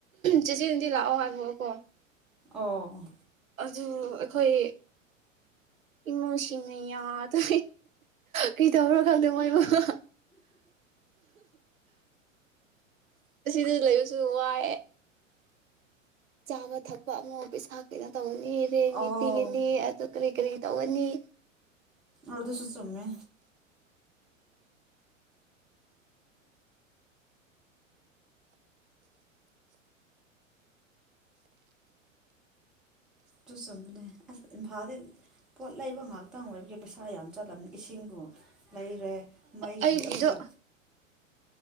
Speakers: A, on the right; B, in the centre.
A: ꯆꯦꯆꯦꯗꯤ ꯂꯥꯛꯑꯣ ꯍꯥꯏꯕꯑꯣꯀꯣ
B: ꯑꯣ
A: ꯑꯗꯨ ꯑꯩꯈꯣꯏ ꯏꯃꯨꯡꯁꯤꯡꯅ ꯌꯥꯗ ꯀꯩꯗꯧꯔꯣ ꯈꯪꯗꯦ ꯃꯣꯏ ꯃꯕꯥ ꯑꯁꯤꯗ ꯂꯩꯕꯁꯨ ꯋꯥꯏꯑꯦ ꯆꯥꯕ ꯊꯛꯄ ꯑꯃ ꯄꯩ ꯏꯁꯥ ꯀꯩꯅꯣ ꯇꯧꯕ ꯔꯦꯟꯒꯤ
B: ꯑꯧ
A: ꯄꯤꯒꯅꯤ ꯑꯗꯨ ꯀꯔꯤ ꯀꯔꯤ ꯇꯧꯒꯅꯤ
B: ꯑꯗꯁꯨ ꯆꯃꯦ ꯑꯗꯨ ꯆꯨꯝꯕꯅꯦ ꯑꯁ ꯏꯝꯐꯥꯜꯗꯤ ꯄꯣꯠ ꯂꯩꯕ ꯉꯥꯛꯇꯪ ꯑꯣꯏꯕꯒꯤ ꯄꯩꯁꯥ ꯌꯥꯝ ꯆꯠꯂꯝꯕꯅꯤ ꯏꯁꯤꯡꯕꯨ ꯂꯩꯔꯦ ꯃꯩꯒꯤ
A: ꯑꯩꯒꯤꯗꯣ
B: ꯑꯃꯨꯛꯀ